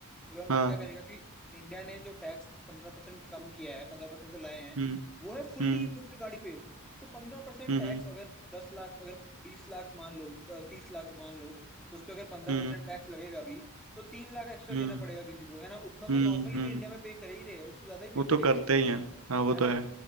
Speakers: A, in the centre; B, on the right (about 75°).
A: एलोन मस्क
B: हाँ
A: क्या करेगा कि इंडिया ने जो टैक्स पंद्रह परसेंट कम किया है पंद्रह परसेंट पे लाए हैं
B: हम्म
A: वो है फुल्ली
B: हम्म
A: इम्पोर्टेड गाड़ी पे तो पंद्रह परसेंट
B: हम्म
A: टैक्स
B: हम्म
A: अगर दस लाख अगर बीस लाख मान लो तीस लाख मान लो तो उस पर अगर पंद्रह
B: हम्म
A: परसेंट टैक्स लगेगा भी तो तीन लाख एक्स्ट्रा
B: हम्म
A: देना पड़ेगा किसी को है ना उतना तो
B: हम्म
A: नॉर्मली भी
B: हम्म,
A: इंडिया में पे कर ही रहे हैं उससे ज्यादा ही पे
B: वो
A: करेंगे
B: तो करते ही हैं हाँ वो
A: है
B: तो
A: ना
B: है